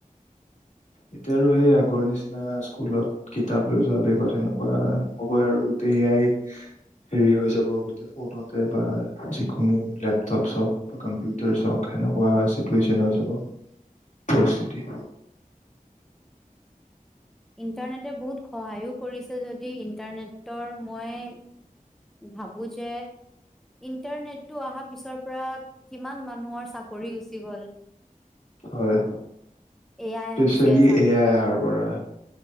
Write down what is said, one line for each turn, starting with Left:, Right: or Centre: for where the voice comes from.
Left: এতিয়া আৰু সেই আগৰ নিচিনা স্কুলত কিতাপ লৈ যোৱা বেগত সেনেকুৱা নহ'বই আৰু গোটেই এয়াই হেৰি হৈ যাব গোটেই ফোনতে বা যিকোনো লেপটপ চওক বা কম্পিউটাৰ চওক সেনেকুৱা চিটুৱেশ্যন হৈ যাব পৰিস্থিতি
Centre: ইণ্টাৰনেটে বহুত সহায়ো কৰিছে যদি যদি ইণ্টাৰনেটৰ মই ভাবো যে ইন্টাৰনেটটো অহা পিছৰ পৰা কিমান মানুহৰ চাকৰি গুচি গল
Left: হয়
Centre: এয়াই
Left: স্পেচিয়েলি
Centre: আহিছে চ
Left: এ আই অহাৰ পৰা